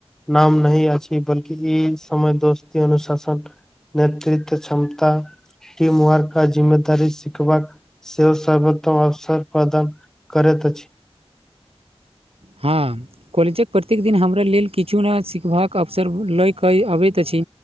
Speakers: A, in the centre; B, on the right.
A: नाम नहीं अछि बल्कि ई समय दोस्ती अनुशासन। नेतृत्व क्षमता <inaudible> टीम वर्क का जिम्मेदारी सिखबाक। सेहो सर्वोत्तम अवसर प्रदान करैत अछि।
B: हँ। कॉलेज कऽ प्रत्येक दिन हमरा लेल किछु नया सिखबाक अवसर लय कै अबैत अछि।